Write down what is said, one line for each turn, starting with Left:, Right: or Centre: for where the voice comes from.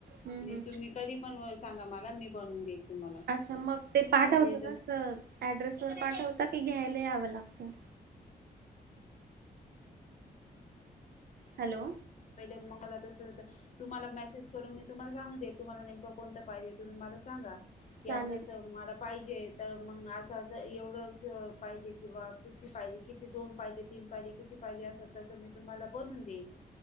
Right: हम्म
Left: मी
Right: हम्म.
Left: तुम्ही कधी पण सांगा मला मी बनवून देईल तुम्हाला.
Right: अच्छा. मग ते पाठवत
Left: बाकी जस
Right: का अ ऍड्रेस वर पाठवता की घ्यायला यावं लागतं? हॅलो.
Left: पहिले मंगला दस तुम्हाला मेसेज करून मी तुम्हाला सांगू दे तुम्हाला नेमकं कोणत पाहिजे तुम्ही मला सांगा. की
Right: चालेल
Left: असं अस मला पाहिजे तर मग असं अस एवढं पाहिजे की बा किती पाहिजे? किती दोन पाहिजे, तीन पाहिजे किती पाहिजे असं तसं मी तुम्हाला बनवून देईन.